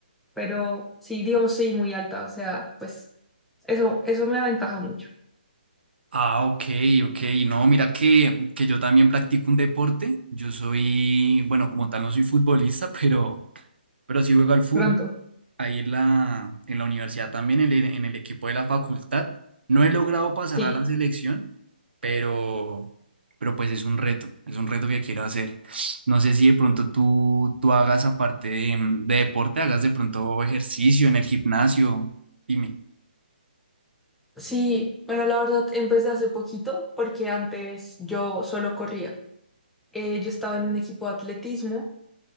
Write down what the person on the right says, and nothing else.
Ah, ok, ok. No, mira que, que yo también practico un deporte. Yo soy, bueno, como tal no soy futbolista, <laughs> pero, pero sí juego al fútbol.
ahí en la, en la universidad también, en el, en el equipo de la facultad. No he logrado pasar
a la selección, pero, pero pues es un reto, es un reto que quiero hacer. No sé si de pronto tú, tú hagas aparte de, mm, de deporte, hagas de pronto ejercicio en el gimnasio. Dime.